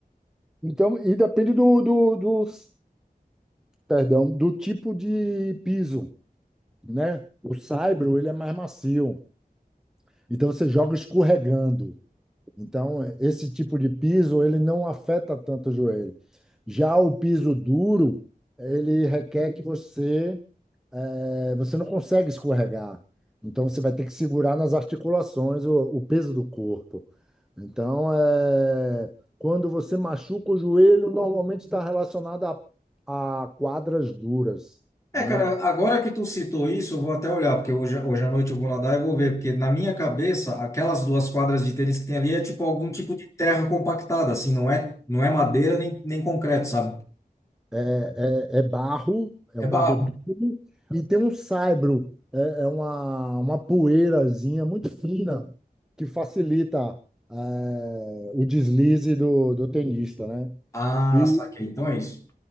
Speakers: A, in the centre; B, on the left (about 20°).
A: Então, e depende do, do, dos- perdão, do tipo de piso, né? O saibro, ele é mais macio, então você joga escorregando. Então, esse tipo de piso, ele não afeta tanto o joelho. Já o piso duro, ele requer que você, eh, você não consegue escorregar. Então, você vai ter que segurar nas articulações o, o peso do corpo. Então, eh, quando você machuca o joelho, normalmente está relacionado a, a quadras duras,
B: É,
A: né?
B: cara, agora que tu citou isso, eu vou até olhar, porque hoje, hoje à noite eu vou nadar e vou ver, porque na minha cabeça, aquelas duas quadras de tênis que tem ali é tipo algum tipo de terra compactada, assim, não é, não é madeira nem, nem concreto, sabe?
A: é, é, é barro, é
B: É
A: um
B: barro.
A: barro duro, e tem um saibro, é, é uma, uma poeirazinha muito fina que facilita é, o deslize do, do tenista, né?
B: Ah,
A: E,
B: saquei. Então é isso.